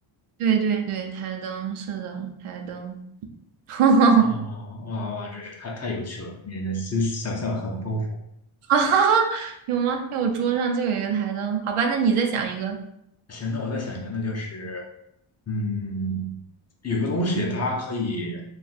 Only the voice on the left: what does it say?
哇哇哇哇，真是太太有趣了！你的思想象很丰富。
行，那我再想一个，那就是，嗯，有个东西它可以，